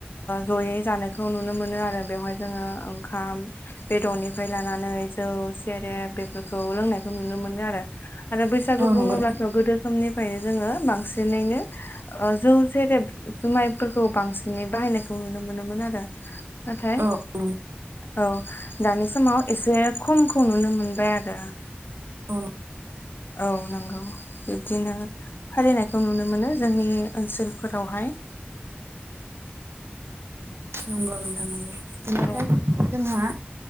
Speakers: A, on the left (about 55°); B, on the right (about 85°).
A: जयै जानायखौ नुनो मोनो आरो बेवहाय जोङो ओंखाम बेदरनिफ्राय लानानै जौ सेरेब बेफोरखौ लोंनायखौ नुनो मोनो आरो आरो बैसागु
B: औ
A: बुङोब्लाथ'
B: नंगौ नोंथां
A: गोदो समनिफ्रायनो जोङो बांसिनैनो जौ जेरेब जुमायफोरखौ बांसिनै बाहायनायखौ नुनो मोनोमोन आरो नाथाय
B: औ नंगौ
A: औ दानि समाव एसे खमखौ नुनो मोनबाय आरो
B: औ
A: औ नंगौ बिब्दिनो फालिनायखौ नुनो मोनो जोंनि ओनसोलफोरावहाय
B: नंगौ नंथां नंगौ बेनिफ्राय
A: औ
B: जोंहा